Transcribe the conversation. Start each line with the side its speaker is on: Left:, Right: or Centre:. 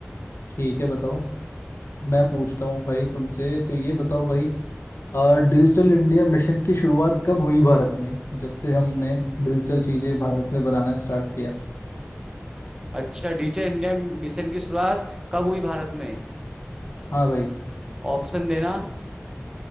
Left: ठीक है बताओ मैं पूछता हूँ भाई तुमसे तो ये बताओ भाई आ, डिजिटल इंडिया मिशन की शुरुआत कब हुई भारत में जब से हमने डिजिटल चीजें भारत में बनाना स्टार्ट किया
Right: अच्छा डिजिटल इंडिया मिशन की शुरुआत कब हुई भारत में
Left: हाँ भाई
Right: ऑप्शन देना